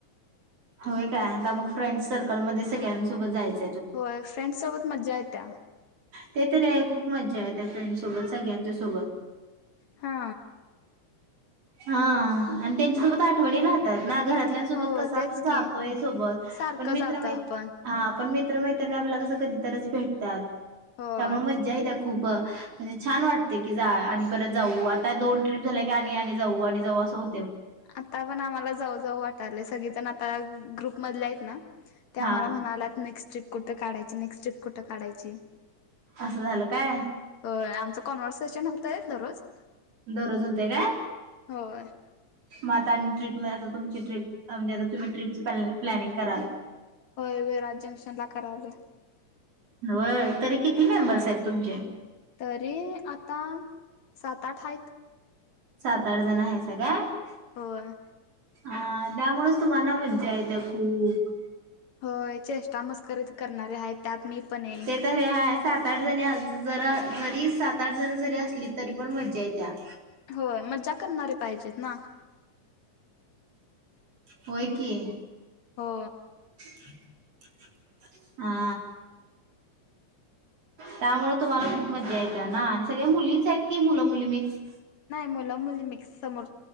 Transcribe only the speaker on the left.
होय, फ्रेंड्स सोबत मज्जा येत. त्या.
हा.
हो
तेच
की
सारखं
जातो आपण
होय
आता पण आम्हाला जाऊ जाऊ वाटाले सगळेजण आता ग्रुप मधले आहेत ना. ते
आम्हाला म्हणाल्यात नेक्स्ट ट्रिप कुठ काढायची नेक्स्ट ट्रिप कुठं काढायची.
होय आमच कॉन्वर्सेशन होत. <unintelligible> रोज.
होय
होय, विराज जंक्शन ला करालोय.
तरी आता सात-आठ आहेत.
होय.
होय, चेष्टा मस्करीच करणारे आहेत. त्यात मी पण एक
होय मज्जा करणारे पाहिजेत ना
हो
मुलं मुली मिक्स समोर.